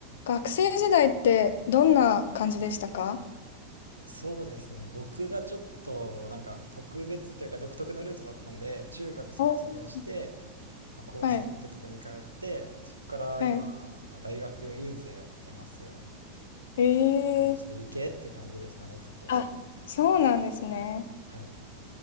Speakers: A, on the left; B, on the right.
A: 学生時代ってどんな感じでしたか
B: そうですね。僕がちょっとなんか特別というか独特なルートだったんで、中学卒業して、
A: お
B: まあ、高専ってとこに通って、
A: はい、
B: そこから今、
A: はい。
B: 大学院生やってます。
A: ええ
B: でもちょっと理系って感じでしたね、ずっと。
A: あ、そうなんですね。
B: はい。